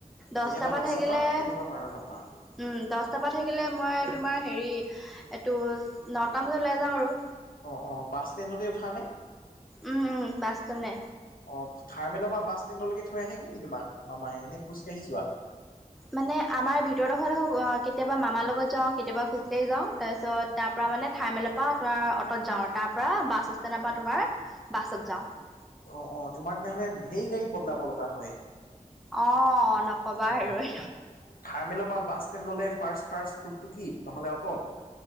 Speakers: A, in the centre; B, on the left.
A: দহটাৰ
B: কেতিয়াবা
A: পৰা থাকিলে
B: কেতিয়াবা
A: উম
B: বাৰটাৰ পৰা?
A: দহটাৰ পৰা থাকিল থাকিলে মই তোমাৰ হেৰি এইটো নটা বজাত ওলাই যাওঁ আৰু।
B: অ অ বাছ ষ্টেণ্ডতে উঠা নে?
A: উম, উম, বাছ ষ্টেণ্ডলে।
B: অ থাৰ্মেলৰ পৰা বাছ লৈকে থৈ আহেগে ন তোমাক মামা এনে খোজকাঢ়ি যোৱা?
A: মানে আমাৰ ভিতৰ দখৰ এইদখৰ কেতিয়াবা মামাৰ লগত যাওঁ। কেতিয়াবা খোজকাঢ়ি যাওঁ। তাৰপিছত তাৰ পৰা মানে থাৰ্মেলৰ পৰা তোমাৰ অটত যাওঁ। তাৰ পৰা বাছ ষ্টেণ্ডৰ পৰা তোমাৰ বাছত যাও।
B: অ অ তোমাৰ তেনেহ'লে ঢেৰ গাড়ী বদলাব লগা হয়।
A: অঁ নক'বা
B: অ',
A: আৰু।
B: থাৰ্মেলৰ পৰা বাছ ষ্টেণ্ডলে ফাৰ্ষ্ট ফাৰ্ট টুক টুকি নহ'লে অটত